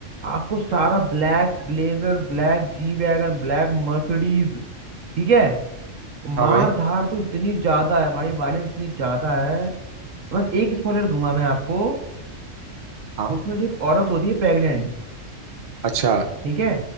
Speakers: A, on the right; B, on the right.
A: आपको सारा black blazer black G wagon black Mercedes ठीक है
B: हाँ
A: मार
B: भाई
A: धाड़ तो इतनी ज्यादा है भाई वायलेंस इतनी ज्यादा है बस एक स्पॉइलर दूंगा मैं आपको
B: हाँ
A: उसमें जो एक औरत होती है प्रेग्नेंट
B: अच्छा
A: ठीक है